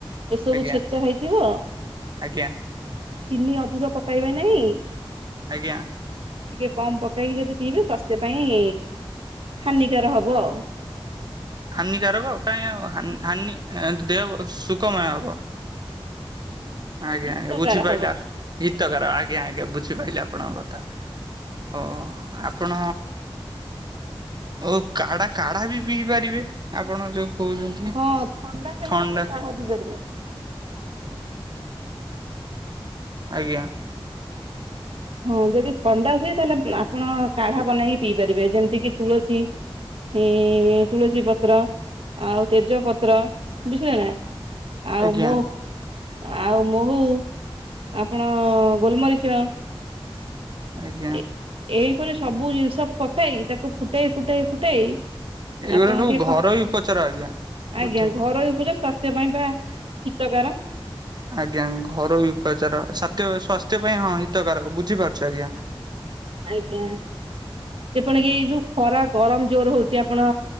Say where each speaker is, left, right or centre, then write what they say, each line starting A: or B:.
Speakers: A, on the right; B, on the right.
A: ଏସବୁ
B: ଆଜ୍ଞା
A: ଛେଚା ହେଇଥିବ
B: ଆଜ୍ଞା
A: ଚିନି ଅଧିକ ପକାଇବେ ନାହିଁ।
B: ଆଜ୍ଞା।
A: ଟିକେ କମ ପକାଇକି ଯଦି ପିଇବେେ ସ୍ବାସ୍ଥ୍ୟ ପାଇଁ ହାନିକାର ହବ ଆଉ।
B: ହାନିକାରକ କାହିଁ ଆଉ ହାନି ଏଁ ଦେହ ବ ସୁଖମୟ ହବ। ଆଜ୍ଞା
A: ହିତକାର
B: ଆଜ୍ଞା ବୁଝିପାଇଲ
A: ହବ
B: ହିତକାର ଆଜ୍ଞା ଆଜ୍ଞା ବୁଝିପାଇଲି ଆପଣଙ୍କ କଥା। ହୋ ଆପଣ ଓ କାଢା କାଢ଼ା ବି ପିଇ ପାରିବେ ଆପଣ ଯୋଉ କହୁଛନ୍ତି
A: ଖ ଥଣ୍ଡା ହେଲେ
B: ଥଣ୍ଡା
A: ଆପଣ କାଢ଼ା ପି ପାରିବେ।
B: ଆଜ୍ଞା।
A: ହଁ ଯଦି ଥଣ୍ଡା ହୁଏ ତାହେଲେ ଆପ ଆପଣ କାଢା ବନେଇକି ପିଇ ପାରିବେ ଯେମିତି କି ତୁଳସୀ ଏ ତୁଳସୀ ପତ୍ର ଆଉ ତେଜ ପତ୍ର ବୁଝିଲେ ନା। ଆଉ
B: ଆଜ୍ଞା
A: ମୋ ଆଉ ମୋହୁ ଆପଣ ଗୋଲମରିଚ
B: ଆଜ୍ଞା
A: ଏ ଏଇ ପରି ସବୁ ଜିନିଷ ପକେଇ ତାକୁ ଫୁଟେଇ ଫୁଟେଇ ଫୁଟେଇ
B: ଏଗୁରା
A: ଆପଣ
B: ସବୁ
A: ଟିକେ
B: ଘରୋଇ
A: କ
B: ଉପଚାର ଆଜ୍ଞା। ବୋଧେ
A: ଆଜ୍ଞା ଘରୋଇ ଉପଚାର ଶ୍ୱା ସେ ପାଇଁ ବା ହିତକାର।
B: ଆଜ୍ଞା ଘରୋଇ ଉପଚାର ସାତ୍ୟ ସ୍ଵାସ୍ଥ୍ୟ ପାଇଁ ହଁ ହିତକାରକ ବୁଝିପାରୁଚି ଆଜ୍ଞା।
A: ଆଜ୍ଞା। ଯେପରିକି ଏଇ ଯୋଉ ଖରା ଗରମ ଜୋର ହୋଉଛି ଆପଣ